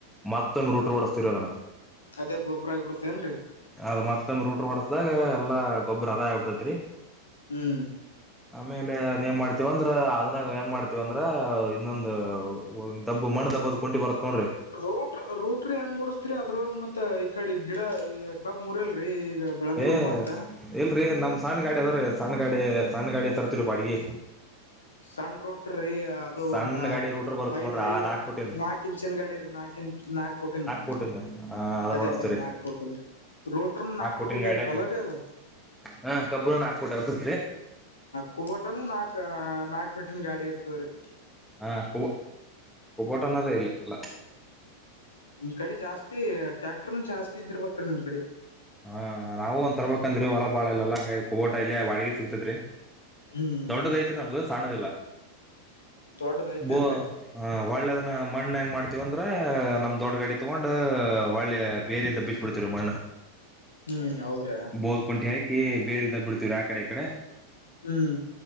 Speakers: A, in the centre; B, on the left.
A: ಮತ್ತೊಂದು ರೂಟ್ ಹೊಡಿಸ್ತೀದ್ವಿ ಅದನ್ನ.
B: ಅದೇ ಗೊಬ್ಬರ ಹಾಗಿಬಿಡ್ತೇನ್ರಿ.
A: ಅದ್ ಮತ್ತಮ್ಮ ರೂಟ್ರ ಹೊಡಿಸದಾಗ ಎಲ್ಲ ಗೊಬ್ಬರ ಅದೇ ಹಾಗಿಬಿಡ್ತತ್ರಿ.
B: ಹ್ಮ್
A: ಆಮೇಲೆ ಏನ್ ಮಾಡ್ತತಿವಿ ಅಂದ್ರ ಅದ್ರಾಗ ಹೆಂಗ ಮಾಡ್ತವಿ. ಅಂದ್ರ ಇನ್ನೊಂದು ದಬ್ಬ ಮಣ್ಣ ದಬ್ಬದ ಕುಂಟಿ ಬರುತ್ ನೋಡ್ರಿ.
B: ರೋಟ್ರ ರೋಟ್ರು ಹೆಂಗ್ ಹೊಡಸ್ತೀರಿ ಅದ್ರಾಗ ಮತ್ತತ್ ಈ ಕಡೆ ಗಿಡ ಈ ಕಬ್ ಮುರಲ್ರರಿ ಈಗ. ಬೆಳದಿವು
A: ಏ
B: ಮತ್ತ
A: ಎಲ್ರರಿ ನಮ್ ಸಣ್ಣ ಗಾಡಿ ಅದಾವ್ರೀ ಸಣ್ಣ ಗಾಡಿ ಸಣ್ಣ ಗಾಡಿ ತರ್ತಿರಿವಿ ಬಾಡಿಗೆ.
B: ಸಣ್ಣ ರೋಟ್ರೀ. ಅದು
A: ಸಣ್ಣ
B: ಒಂದ
A: ಗಾಡಿ ರೂಟ್ರ್ ಬರುತ್
B: ಐದ
A: ನೋಡ್ರಿ ಆ ನಾಕ್ ಪುಟಿಂದ
B: ನಾಕ ಇಂಚಿನ ಗಾಡಿರೀ ನಾಕ್ ನಾಕ್ ಪಟ್ಟಂದು
A: ಪುಟಿಂದ ಆ ಅದನ್ನ
B: ಅದೇ
A: ಓಡಸ್ತವ್ರಿ
B: ಅದೇನ್ನ ಹಾಕ್ಬುಟ್ಟಂದು. ರೋಟರ್ ನಾಕ್
A: ಪುಟಿನ್
B: ಪುಟ್ಟಿಂದ
A: ಗಾಡ್ಯಾಗ
B: ಇರ್ಪಲ್ಲರೀ ಅದು.
A: ಹಾ ಕಬ್ಬದು ನಾಕ್ ಪುಟ್ಟ ಇರತೈತ್ರಿ.
B: ಕುಬೋಟನು ನಾಲ್ಕ್ ನಾಲ್ಕ್ ಪೆಟ್ಟಿನ ಗಾಡಿ ಇರ್ತವ್ರರಿ
A: ಹಾ ಕುಬೋ ಕುಬೋಟ ಇಲ್ಲಿ ಎಲ್ಲ.
B: ನಿಮ್ ಕಡೆ ಜಾಸ್ತಿ ಟ್ಯಾಕ್ಟರ್ ಜಾಸ್ತಿ ಇದರ್ಬೇಕ್ರೀ ನಿಮ್ ಕಡೆ.
A: ಹಾ ನಾವು ಒಂದ ತರ್ಬಬೇಕಂದ್ರೀ ಹೊಲ ಬಾಳ ಇಲ್ಲ ಹಂಗ ಕೋಬೋಟ ಇಲ್ಲಿಯ ಬಾಡಿಗೆ ಸಿಕ್ತದ್ರಿ.
B: ಹ್ಮ್ ಹ್ಮ್
A: ದೊಡ್ಡದೈತ್ ನಮ್ಗ ಸಣ್ಣದಿಲ್ಲ
B: ದೊಡ್ಡದ ಐತೆೇನ್ರರಿ
A: ಬೋ ಹಾ ಒಳ್ಳೆದನ್ನ ಮಣ್ಣ ಹೆಂಗ್ ಮಾಡ್ತೀವಂದ್ರ ನಮ್ ದೊಡ್ಡ ಗಾಡಿ ತಗೊಂಡ್ ಒಳ್ಳೆ ಬೇರಿದ್ದ. ಬಿಡ್ತಿವಿ ಮಣ್ಣ.
B: ಹ್ಮ್ ಹೌದ್ರ.
A: ಬೋದ್ ಕುಂಟಿ ಹಾಕಿ ಬೇರೆ ಇದ ಬಿಡ್ತೀರ ಆ ಕಡೆ ಈ ಕಡೆ
B: ಹ್ಮ್